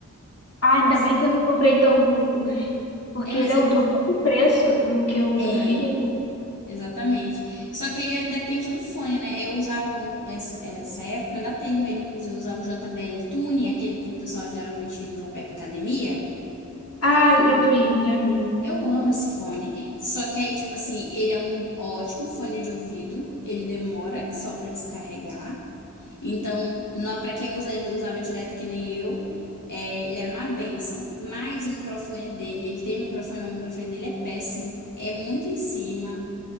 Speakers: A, on the left; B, on the left.
A: Ah, ainda
B: Mas
A: bem que eu não comprei então o Bluetooth, porque
B: é, mas
A: ele é
B: eu,
A: o dobro
B: eu-
A: do preço do que o
B: é,
A: do fio.
B: exatamente. Só que aí é- depende do fone, né? Eu usava um- essa, essa época, eu ainda tenho ele, inclusive, eu usava o JBL Tune, aquele que o pessoal geralmente usa pra ir pra academia.
A: Ah, eu vi, já vi.
B: Eu amo esse fone. Só que aí, tipo assim, ele é um ótimo fone de ouvido. Ele demora só pra descarregar. Então, nó- pra quem usa- usava direto que nem eu, é, ele era uma bênção. Mas o microfone dele, ele tem um microfone, mas o microfone dele é péssimo. É muito em cima.